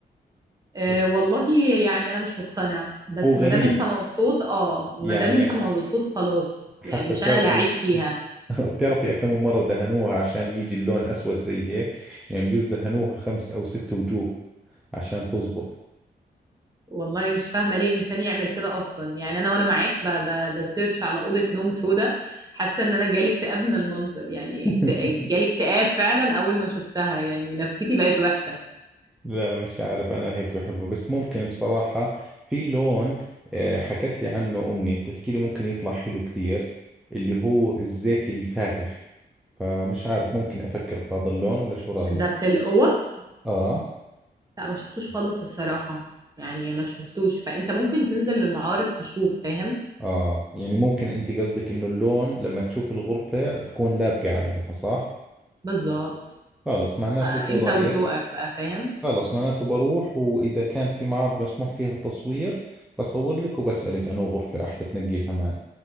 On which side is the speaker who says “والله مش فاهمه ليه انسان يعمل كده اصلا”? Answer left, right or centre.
Right